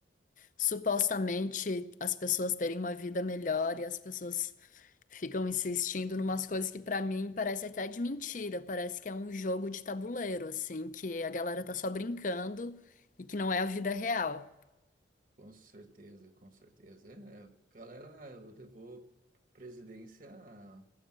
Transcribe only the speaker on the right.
com certeza, com certeza. É, galera, eu devo presidência à,